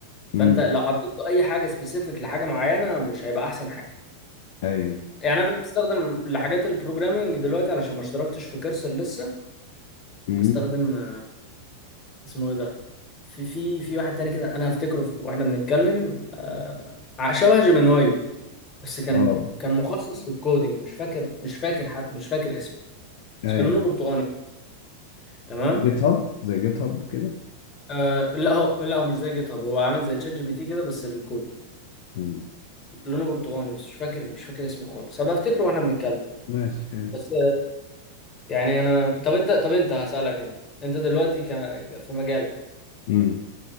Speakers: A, on the left (about 50°); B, on the left (about 30°).
A: امم
B: فانت لو حطيت له اي حاجه سبيسيفيك لحاجه معينه مش هيبقى احسن حاجه
A: أيوه
B: يعني انا بستخدم لحاجات البروجرامينج دلوقتي علشان ما اشتركتش في كورسر لسه
A: امم
B: بستخدم آه، اسمه ايه ده في في في واحد تاني كده انا هفتكره في- واحنا بنتكلم آه، ع- شبه جيميناي بس كان
A: أه
B: كان مخصص للكودينج مش فاكر مش فاكر حتى مش فاكر اسمه
A: أيوه
B: بس كان لونه برتقاني تمام
A: جيت هاب زي جيت هاب كده
B: آه لا هو لا هو مش زي جيت هاب هو عامل زي تشات جي بي تي كده بس الكودي
A: مم.
B: لونه برتقاني بس مش فاكر مش فاكر اسمه خالص هبقى افتكره واحنا بنتكلم
A: ماشي
B: بس يعني انا طب انت طب انت هسألك انت انت دلوقتي ك... في مجالك
A: امم